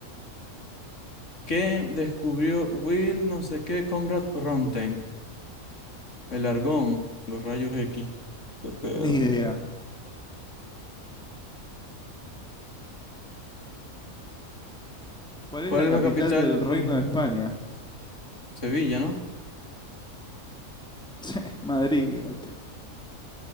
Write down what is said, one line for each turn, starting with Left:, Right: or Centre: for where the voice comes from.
Left: ¿Qué descubrió Will no sé qué Conrad Ronteng? El argón, los rayos X. qué pedo.
Centre: Ni idea. ¿Cuál
Left: ¿Cuál
Centre: es la
Left: es
Centre: capital
Left: la capital
Centre: del
Left: del
Centre: Reino
Left: reino?
Centre: de España?
Left: Sevilla, ¿no?
Centre: <laughs> Madrid, gato.